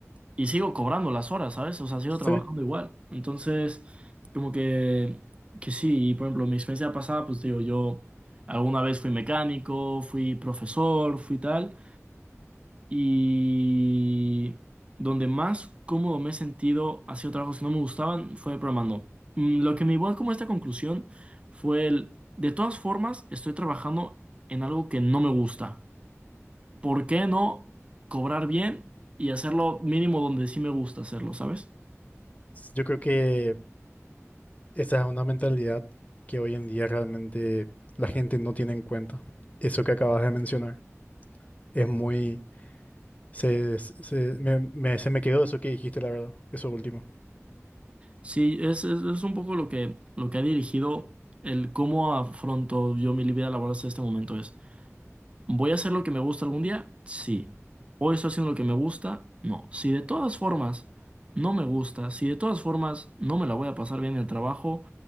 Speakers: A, on the right; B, on the left.
A: y sigo cobrando las horas, ¿sabes? O sea, sigo
B: Sí.
A: trabajando igual. Entonces, como que, que sí, y por ejemplo, mi experiencia pasada, pues digo, yo alguna vez fui mecánico, fui profesor, fui tal. Y donde más cómodo me he sentido haciendo trabajos que no me gustaban fue programando. Mm, Lo que me llevó como a esta conclusión fue el, de todas formas, estoy trabajando en algo que no me gusta. ¿Por qué no cobrar bien y hacerlo mínimo donde sí me gusta hacerlo, ¿sabes?
B: Yo creo que Esa es una mentalidad que hoy en día realmente la gente no tiene en cuenta. Eso que acabas de mencionar es muy... Se, se, me, me- se me quedó eso que dijiste, la verdad. Eso último.
A: Sí, es, es, es un poco lo que, lo que ha dirigido el cómo afronto yo mi vida laboral hasta este momento es. ¿Voy a hacer lo que me gusta algún día? Sí. ¿Hoy estoy haciendo lo que me gusta? No. Si de todas formas no me gusta, si de todas formas no me la voy a pasar bien en el trabajo,